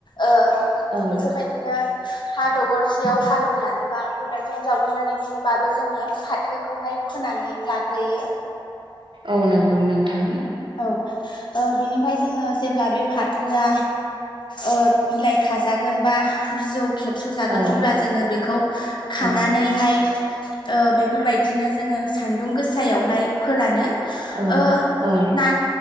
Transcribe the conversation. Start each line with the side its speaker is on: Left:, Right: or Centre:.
Left: ओ
Right: औ
Left: बेफोरबायदिनो हा दगरसेयाव हालोवनानै बा खदालजों जावग्लिनानैबाबो जोङो फाथोखौहाय फोनानै लाग्रोयो।
Right: औ नोंगौ नोंथां।
Left: औ ओ बिनिफाय जोङो जेब्ला बे फाथोआ ओ बिलाइ खाजागोन बा बिजौ खेबस' जागोन
Right: औ
Left: अब्ला जोङो बेखौ खानानैहाय
Right: औ
Left: ओ बे फोरबायदिनो जोङो सान्दुं गोसायावहाय फोरानो
Right: औ
Left: ओ
Right: औ
Left: ना